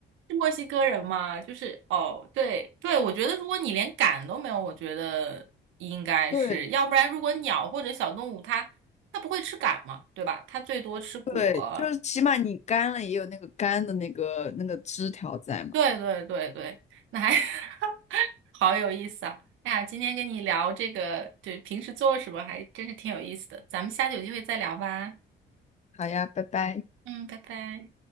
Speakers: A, on the right; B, on the left.
A: 是墨西哥人吗？就是哦，对对，我觉得如果你连赶都没有，我觉得应该是，
B: 对
A: 要不然如果鸟或者小动物它它不会吃赶嘛，对吧？它最多吃果。
B: 对，就是起码你干了也有那个干的那个那个枝条在嘛。
A: 对对对对，那还 <laughs> 好有意思啊！哎呀，今天跟你聊这个，对，平时做什么还真是挺有意思的，咱们下次有机会再聊吧。
B: 好呀，拜拜。
A: 嗯，拜拜。